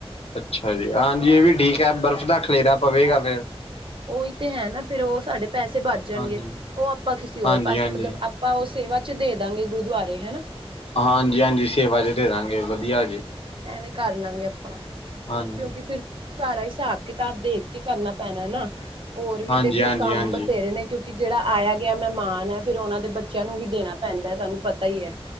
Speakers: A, on the left; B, on the right.
A: ਅੱਛਾ ਜੀ ਹਾਂਜੀ
B: ਸਾਡੇ
A: ਇਹ ਵੀ ਠੀਕ ਹੈ ਬਰਫ਼ ਦਾ ਖਲੇਰਾ ਪਵੇਗਾ ਫੇਰ
B: ਉਹੀ ਤੇ ਹੈ ਨਾ ਫੇਿਰ ਉਹ ਸਾਡੇ ਪੈਸੇ ਬਚ ਜਾਣਗੇ
A: ਹਾਂਜੀ
B: ਉਹ ਆਪਾਂ ਕਿਸੇ ਹੋਰ
A: ਹਾਂਜੀ
B: ਪਾਸੇ
A: ਹਾਂਜੀ
B: ਮਤਲਬ ਆਪਾਂ ਉਸ ਸੇਵਾ ਚ ਦੇ ਦਾਂਗੇ ਗੁਰਦੁਆਰੇ ਹਨਾ
A: ਹਾਂਜੀ-ਹਾਂਜੀ ਸੇਵਾ ਚ ਦੇ ਦਾਂਗੇ ਵਧੀਆ ਜੀ
B: ਵੇਂ ਕਰ ਲਾਂਗੇ ਆਪਾਂ
A: ਹਾਂਜੀ
B: ਕਿਉਂਕਿ ਫੇਰ ਸਾਰਾ ਹਿਸਾਬ ਕਿਤਾਬ ਦੇਖ ਕੇ ਕਰਨਾ ਪੈਣਾ ਨਾ ਹੋਰ ਵੀ
A: ਹਾਂਜੀ
B: ਤੇ ਫਿਰ
A: ਹਾਂਜੀ
B: ਕੰਮ
A: ਹਾਂਜੀ
B: ਬਥੇਰੇ ਨੇ ਕਿਉਂਕਿ ਕਿ ਜਿਹੜਾ ਆਇਆ ਗਿਆ ਮਹਿਮਾਨ ਹੈ ਫੇਰ ਉਹਨਾਂ ਦੇ ਬੱਚਿਆਂ ਨੂੰ ਵੀ ਦੇਣਾ ਪੈਂਦਾ ਤੁਹਾਨੂੰ ਪਤਾ ਹੀ ਹੈ